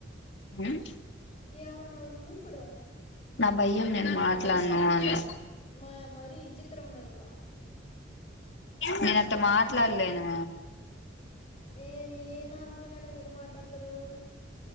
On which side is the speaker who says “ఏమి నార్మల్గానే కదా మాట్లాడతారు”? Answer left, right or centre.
Left